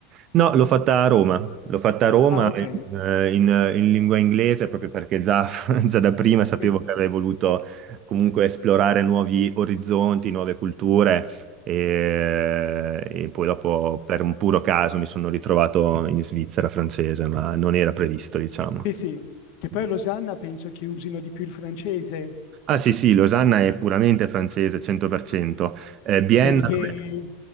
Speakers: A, on the right; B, on the left.
A: No, l'ho fatta a Roma, l'ho fatta a Roma
B: Ah,
A: Ok.
B: ok.
A: in, eh, in- eh, in lingua inglese proprio perché già, <laughs> già da prima sapevo
B: Sì.
A: che avrei voluto comunque esplorare nuovi orizzonti, nuove culture e, e poi dopo per un puro caso mi sono ritrovato in Svizzera francese, ma non era previsto, diciamo.
B: Sì, sì, che poi a Losanna penso che usino di più il francese,
A: Ah sì, sì, Losanna è puramente francese, 100%. Eh, Vienna...
B: perché,
A: dove-